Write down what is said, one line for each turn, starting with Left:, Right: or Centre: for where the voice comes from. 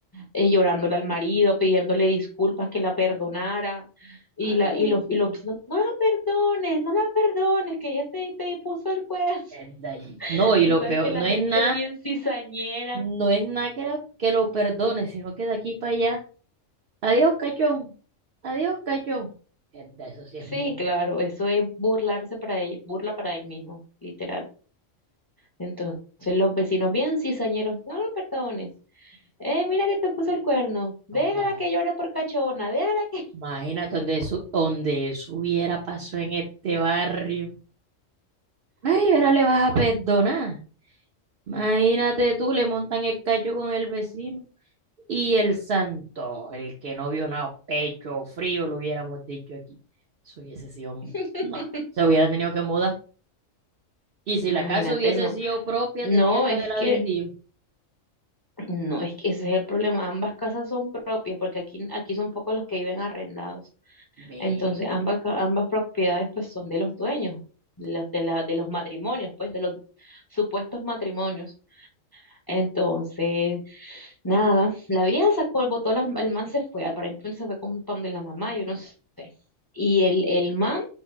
Left: eh, llorándole al marido, pidiéndole disculpas, que la perdonara, y
Right: Ah,
Left: la,
Right: bueno.
Left: y los, y los, no, no la perdones, no la perdones, que ella te, te puso el cuerno.
Right: Es de allí.
Left: <laughs>
Right: No, y
Left: Tú
Right: lo
Left: sabes
Right: peor,
Left: que la
Right: no
Left: gente
Right: es nada,
Left: es bien cizañera.
Right: no es nada que, la- que lo perdone, sino que de aquí para allá Adiós, cachón. Adiós, cachón. Eh, de Eso sí
Left: Sí,
Right: es muy...
Left: claro, eso es burlarse para él, burla para él mismo, literal. Entonces los vecinos bien cizañeros, no lo perdones. Eh, mira que te puso el cuerno. Déjala
Right: No, claro.
Left: que llore por cachona, déjala que.
Right: Imagínate donde eso, donde eso hubiera pasado en este barrio. Ay, ahora le vas a perdonar. Imagínate tú, le montan el cacho con el vecino. Y el santo, el que no vio nada, pecho frío, lo hubiéramos dicho aquí. Eso hubiese sido... un-
Left: <laughs>
Right: No, se hubiera tenido que mudar. Y si
Left: Imagínate,
Right: la casa hubiese
Left: no.
Right: sido propia,
Left: No,
Right: tenía que
Left: es
Right: haberla
Left: que
Right: vendido.
Left: No, es que ese es el problema. Ambas casas son propias porque aquí, aquí son pocos los que viven arrendados.
Right: Men.
Left: Entonces, ambas, ca- ambas propiedades pues son de los dueños, las de, la, de los matrimonios, pues de los supuestos matrimonios. Entonces, nada, la vieja sacó, botó las- el man se fue, aparentemente se fue con un pan de la mamá, yo no sé. Y el, el man